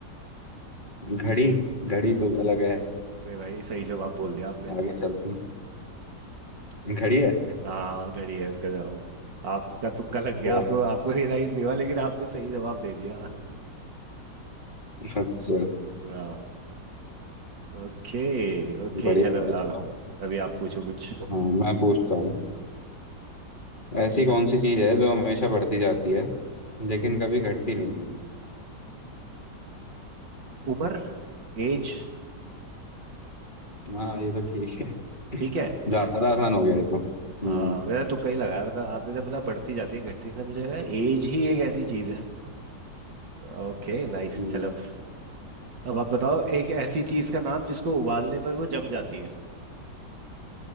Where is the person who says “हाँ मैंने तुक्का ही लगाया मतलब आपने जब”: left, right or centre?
Right